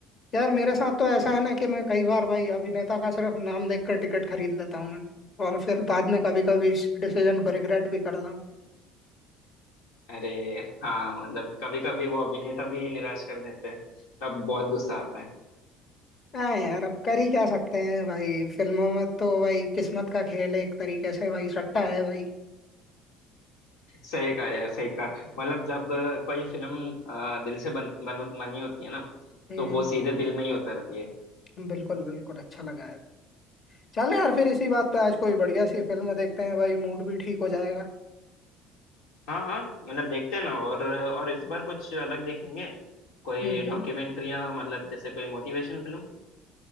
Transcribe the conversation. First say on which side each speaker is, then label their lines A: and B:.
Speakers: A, on the left; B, on the left.
A: यार मेरे साथ तो ऐसा है ना कि मैं कई बार भाई अभिनेता का सिर्फ नाम देखकर टिकट खरीद लेता हूँ मैं और फिर बाद में कभी कभी इस डिसीजन को रिग्रेट भी करता हूँ
B: अरे हाँ मतलब कभी कभी वो अभिनेता भी निराश कर देते हैं तब बहुत गुस्सा आता है
A: हाँ यार अब कर ही क्या सकते हैं भाई फिल्मों में तो भाई किस्मत का खेल है एक तरीके से भाई सट्टा है भाई
B: सही कहा यार सही कहा मतलब जब अ, कोई फिल्म अ, दिल से बन, बन बनी होती है ना
A: हम्म
B: तो वो सीधे दिल में ही उतरती है
A: हम्म। बिल्कुल बिल्कुल अच्छा लगा यार चलो यार फिर इसी बात पे आज कोई बढ़िया सी फिल्म देखते हैं भाई मूड भी ठीक हो जाएगा
B: हाँ हाँ मतलब देखते हैं ना और और इस बार कुछ अलग देखेंगे कोई
A: हम्म हम्म,
B: डॉक्यूमेंट्रियाँ मतलब जैसे कोई मोटिवेशन फिल्म